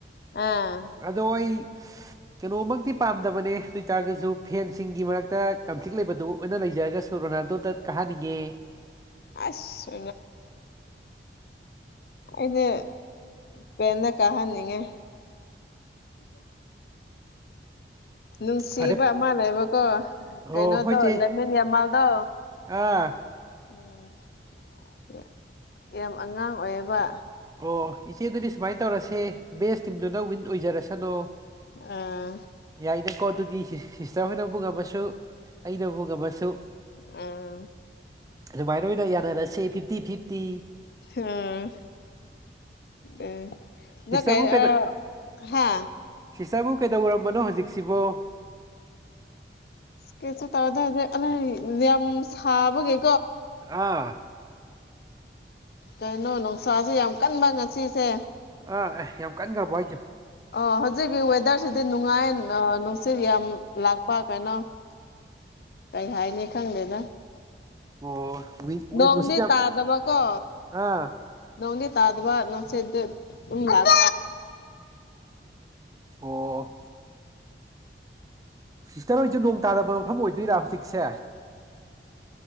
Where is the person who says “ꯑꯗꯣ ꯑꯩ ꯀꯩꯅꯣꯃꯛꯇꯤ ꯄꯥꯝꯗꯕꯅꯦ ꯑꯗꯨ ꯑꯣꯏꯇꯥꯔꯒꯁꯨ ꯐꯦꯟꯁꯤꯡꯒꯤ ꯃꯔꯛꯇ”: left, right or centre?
Right